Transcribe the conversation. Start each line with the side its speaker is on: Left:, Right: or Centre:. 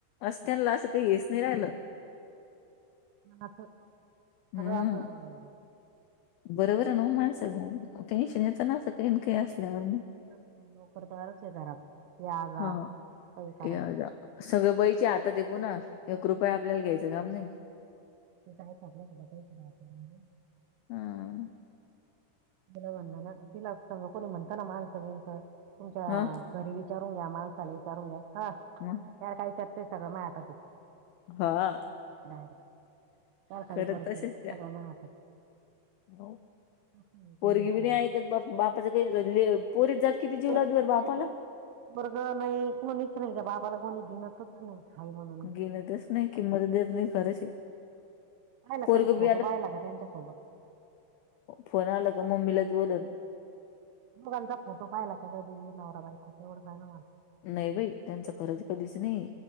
Left: असत्यांला काही येच नाही राहिलं.
Right: असं
Left: हम्म
Right: सगळं असलं मः
Left: बरोबर आहे ना माणसंचं टेन्शनचं येतना असं, काही काही असल्यावर म.
Right: नाही नोकरदारच हेय घरात तें आ जाा
Left: हा
Right: काही करा
Left: या
Right: <unintelligible>
Left: जा सगळं बाईचा हातात पुन्हा, एक रुपया आपल्याला घ्यायचं काम नाही.
Right: काही आपल्या सुद्धा काहीड म्हे <unintelligible>
Left: हं हः
Right: तिला ब ना तिला समज कोणी म्हणत ना माणसभच तुमच्या
Left: हा
Right: गरीिबी. इचरूग्या मानसाला इचरून घ्या.
Left: हम्म
Right: त्यार काही चर्चे आहे, सगळं माजां हातात
Left: हा
Right: हाय. ण कारखन
Left: खरं
Right: करते
Left: तसेच
Right: सगळं
Left: त्या
Right: मा हातात.
Left: हो
Right: आहे.
Left: पोरगी
Right: कंडिशन
Left: बीरी नाही ऐकत बा बापाच. काही पोरीचीं जात किती जात किती, जीव
Right: पोरगी
Left: लावतेर बापाला.
Right: नाही वर्ग नाही कोुणा इच नाही का बापाला कोणी दिनच. हा म <unintelligible>
Left: गे नाही तेच नाही किंमत, देत नाही खरेच.
Right: पाहिला
Left: पोरगी
Right: कधी
Left: उभी
Right: फोटो
Left: आता,
Right: पाहिला का त्यांच्यासोबत
Left: फोन आला त का, मम्मीलाच बोलून..
Right: दोघाचा फोटो पाहिला का, कधी नवरा बाईको सांमाण.
Left: नाही बाई त्यांचं, खरंच कधीच नाही